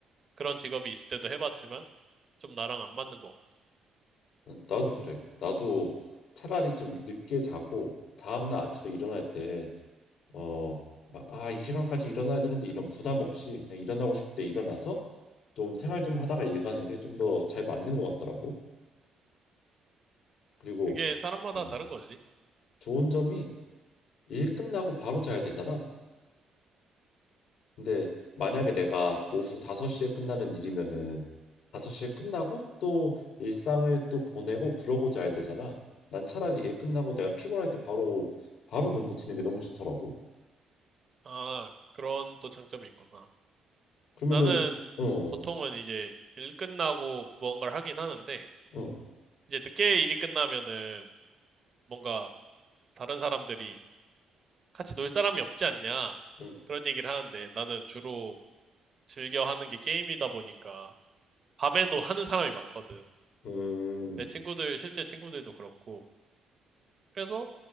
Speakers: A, on the right; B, on the left.
A: 그런 직업이 있을 때도 해봤지만 좀 나랑 안 맞는 것 같아.
B: 응, 나도 그래. 나도 차라리 좀 늦게 자고 다음날 아침에 일어날 때 어, 막, 아, 이 시간까지 일어나야 되는데 이런 부담 없이 그냥 일어나고 싶을 때 일어나서 좀 생활 좀 하다가 일 가는 게 좀 더 잘 맞는 것 같더라고. 그리고
A: 그게 사람마다
B: 음,
A: 다른 거지.
B: 좋은 점이 일 끝나고 바로 자야 되잖아. 근데 만약에 내가 오후 5시에 끝나는 일이면은 5시에 끝나고 또 일상을 또 보내고 그러고 자야 되잖아. 난 차라리 일 끝나고 내가 피곤할 때 바로 바로 눈 붙이는 게 너무 좋더라고.
A: 아, 그런 또 장점이 있구나.
B: 그러면은
A: 나는
B: 어,
A: 보통은 이제 일 끝나고 무언가를 하긴 하는데
B: 어,
A: 이제 늦게 일이 끝나면은 뭔가 다른 사람들이 같이 놀 사람이 없지 않냐
B: 음,
A: 그런 얘기를 하는데 나는 주로 즐겨 하는 게 게임이다 보니까 밤에도 하는 사람이 많거든.
B: 음,
A: 내 친구들 실제 친구들도 그렇고 그래서